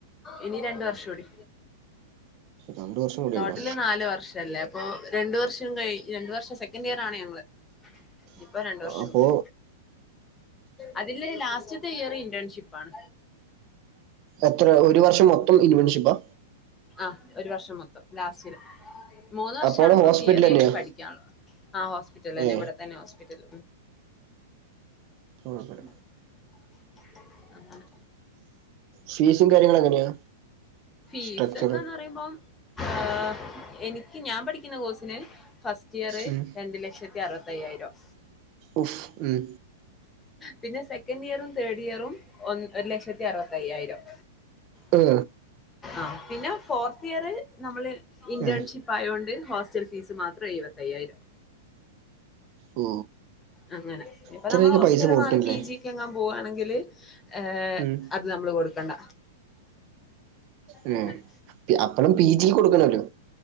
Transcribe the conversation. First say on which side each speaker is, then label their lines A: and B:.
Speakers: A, on the left; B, on the right.
A: ഇനി രണ്ട് വർഷൂടി
B: രണ്ട് വർഷം കൂടി
A: ടോട്ടല്
B: ഉണ്ടോ
A: നാല് വർഷം ചെലപ്പോ രണ്ടു വർഷം കയി രണ്ട് വർഷം സെക്കൻഡ് ഇയർ ആണ് ഞങ്ങള് ഇനിപ്പ രണ്ട് വർഷം
B: അപ്പോ
A: കൂടി അതില് ലാസ്റ്റത്ത ഇയറ് ഇന്റേൺഷിപ്പാണ്
B: എത്ര ഒരു വർഷം മൊത്തം ഇന്റേൺഷിപ്പാ
A: ആഹ് ഒരു വർഷം മൊത്തം ലാസ്റ്റില് മൂന്ന് വർഷണിപ്പം
B: അപ്പോ അവിടെ ഹോസ്പിറ്റൽ
A: തിയറിയായിട്ട്
B: തന്നെയാ
A: പഠിക്കാനുള്ളൂ ആ ഹോസ്പിറ്റലിലന്നെ
B: ഏ
A: ഇവിടെ തന്നെ ഹോസ്പിറ്റൽ
B: കുഴപ്പമില്ല.
A: <inaudible> ആഹ് അങ്ങനെ
B: ഫീസും കാര്യങ്ങളും എങ്ങനെയാ
A: ഫീസക്കാന്ന്
B: സ്ട്രക്ചർ
A: പറയുമ്പം ഹെ എനിക്ക് ഞാൻ പഠിക്കുന്ന കോഴ്സിന് ഫസ് ഇയറ്
B: ഉം
A: രണ്ട് ലക്ഷത്തി അറുവത്തയ്യായിരം
B: ഓഹു മ്മ്
A: പിന്നെ സെക്കൻഡിയറും തേർഡ് ഇയറും ഒന്ന് ഒരു ലക്ഷത്തി അറുവത്തയ്യായിരം
B: ഹെ
A: ആഹ്‌ പിന്ന ഫോർത്ത് ഇയറ് നമ്മള് ഇന്റേൺഷിപ്പായോണ്ട്
B: ഏ
A: ഹോസ്റ്റൽ ഫീസ് മാത്രം എഴുപത്തയ്യായിരം
B: ഓ
A: അങ്ങന ഇപ്പ
B: ഇത്രയൊക്കെ
A: നമ്മള് ഹോസ്റ്റല്
B: പൈസ പോട്ടുണ്ടല്ലേ
A: മാറി പി ജി ക്കെങ്ങാൻ പോവാണെങ്കില് ഏഹ്
B: ഉം
A: അത് നമ്മള് കൊടുക്കണ്ട
B: അഹ്
A: അങ്ങനെ
B: അപ്പഴും പി ജി കൊടുക്കണല്ലോ